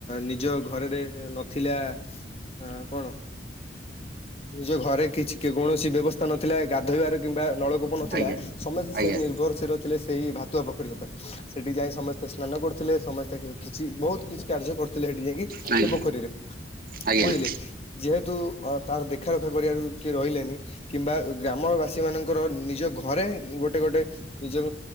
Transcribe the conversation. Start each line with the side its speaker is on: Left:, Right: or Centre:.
Left: ନିଜ ଘରେରେ ନଥିଲା ଆଁ କଣ? ନିଜ ଘରେ କିଛି କେ କୌଣସି ବ୍ୟବସ୍ଥା ନଥିଲା ଗାଧୋଇବାର କିମ୍ବା ନଳ କୂପ ନଥିଲା
Right: ଆଜ୍ଞା।
Left: ସମସ୍ତେ
Right: ଆଜ୍ଞା
Left: ସେ ନିର୍ଭରଶୀଳ ଥିଲେ ସେଇ ଭାତୁଆ ପୋଖରୀ ଉପରେ ସେଠି ଯାଇ ସମସ୍ତେ ସ୍ନାନ କରୁଥିଲେ ସମସ୍ତେ କିଛି ବହୁତ କିଛି କାର୍ଯ୍ୟ କରୁଥିଲେ ସେଠି ଯାଇକି
Right: ଆଜ୍ଞା
Left: ସେ ପୋଖରୀରେ।
Right: ଆଜ୍ଞା
Left: ବୁଝିଲେ ଯେହେତୁ ଅ ତାର ଦେଖା ରଖା କରିବାରୁ କିଏ ରହିଲେନି କିମ୍ବା ଗ୍ରାମବାସୀ ମାନଙ୍କର ନିଜ ଘରେ ଗୋଟେ ଗୋଟେ ନିଜ